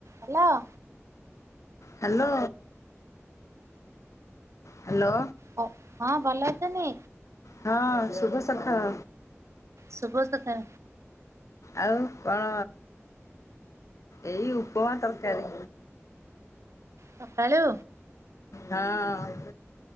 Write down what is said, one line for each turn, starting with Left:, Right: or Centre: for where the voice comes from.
Right: Hello.
Left: Hello. Hello.
Right: ହ ହଁ ଭଲ ଅଛନ୍ତି?
Left: ହଁ ଶୁଭ ଶଖାଳ।
Right: ଶୁଭ ସକାଳ
Left: ଆଉ କଣ? ଏଇ ଉ ଉପମା ତରକାରୀ।
Right: ସକାଳୁ
Left: ହଁ।